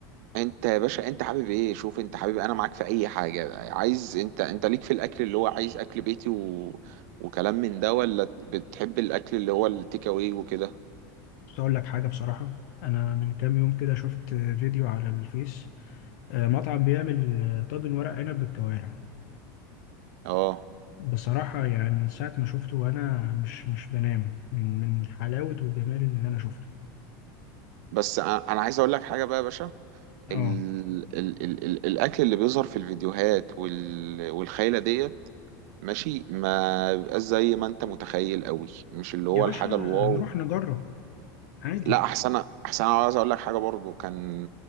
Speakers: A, on the right; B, on the left.
A: انت يا باشا انت حابب ايه شوف انت حابب انا معاك في اي حاجه عايز انت انت ليك في الاكل اللي هو عايز اكل بيتي و... وكلام من ده ولا بتحب الاكل اللي هو التيك اواي وكده
B: بس اقول لك حاجه بصراحه انا من كام يوم كده شفت فيديو على الفيس آه، مطعم بيعمل آه، طاجن ورق عنب بالكوارع
A: اه
B: بصراحه يعني من ساعه ما شفته وانا مش مش بنام من من حلاوه وجمال اللي انا شفته
A: بس انا انا عايز اقول لك حاجه بقى يا باشا
B: اه
A: ال... ال... ال... ال... الاكل اللي بيظهر في الفيديوهات وال... والخيله ديت ماشي ما بيبقاش زي ما انت متخيل قوي مش اللي
B: يا
A: هو
B: باشا
A: الحاجه الواو
B: هنروح نجرب عادي
A: لا احسن احسن انا عايز اقول لك حاجه برضو كان